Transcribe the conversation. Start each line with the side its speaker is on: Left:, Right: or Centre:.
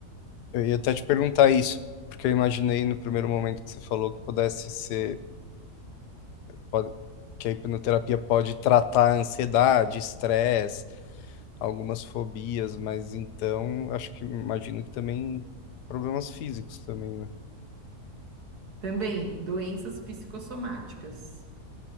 Left: eu ia até te perguntar isso, porque eu imaginei no primeiro momento que você falou que pudesse ser Pode- que a hipnoterapia pode tratar ansiedade, estresse, algumas fobias, mas então acho que imagino que também problemas físicos também, né?
Right: também doenças psicossomáticas.